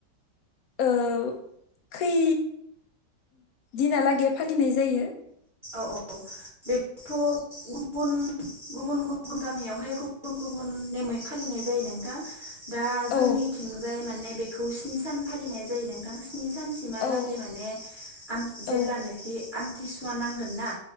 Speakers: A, on the left; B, on the right.
A: औ खै दिनालागै फालिनाय जायो?
B: औ औ औ बेखौथ'। गुबुन गुबुन गुबुन गामियावहाय गुबुन गुबुन नेमै फालिनाय जायो नोंथां। दा
A: औ
B: जोंनिथिंजाय माने बेखौ स्नि सान फालिनाय जायो नोंथां। स्नि सानसिमहालागै
A: औ
B: माने
A: औ
B: जेब्लानोखि आमथिसुवा नांगोन ना